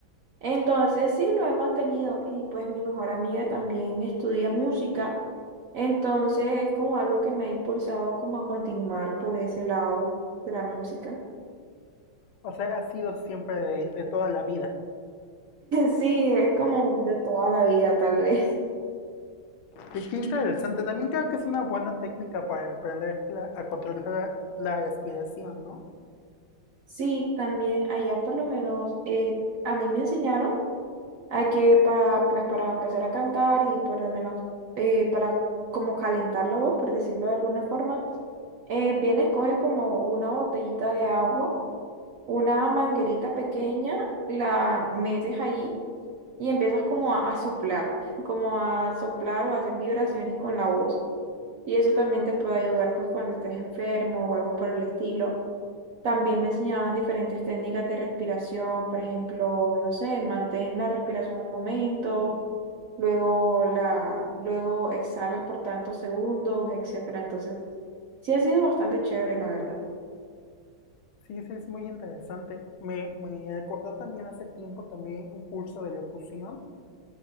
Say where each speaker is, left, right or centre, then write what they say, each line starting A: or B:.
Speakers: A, on the right; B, on the left.
A: Entonces sí, lo he mantenido y pues mi mejor amiga también estudia música. Entonces es como algo que me ha impulsado como a continuar por ese lado de la música. <laughs>
B: O sea, ha sido siempre de, de toda la vida.
A: Sí, es como de toda la vida tal vez.
B: Y qué interesante. También creo que es una buena técnica para aprender la- a controlar la, la respiración, ¿no?
A: Sí, también allá por lo menos eh, a mí me enseñaron. Aquí para, pues, para empezar a cantar y por lo menos eh, para como calentar la voz, por decirlo de alguna forma, eh, vienes, coges como una botellita de agua, una manguerita pequeña, la metes allí y empiezas como a, a soplar, como a soplar o a hacer vibraciones con la voz. Y eso también te puede ayudar pues cuando estés enfermo o algo por el estilo. También me enseñaban diferentes técnicas de respiración, por ejemplo, no sé, mantén la respiración un momento, luego la, luego exhalas por tantos segundos, etcétera. Entonces, sí ha sido bastante chévere, la verdad.
B: Sí, sí, es muy interesante. Me, me recordó también hace tiempo tomé un curso de locución